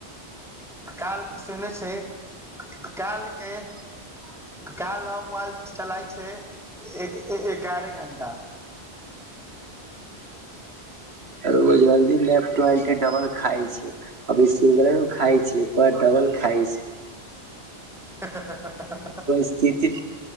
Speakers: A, in the centre; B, on the right.
A: काल सुनै छै काल
B: <unintelligible>
A: के काल हम मोबइल चलाइ छै एगारह घण्टा
B: रो जल्दी लैप टॉइ के डबल खाइ छै अभी सिंगल खाय छै एक बार डबल खायछै
A: ह
B: स्थिति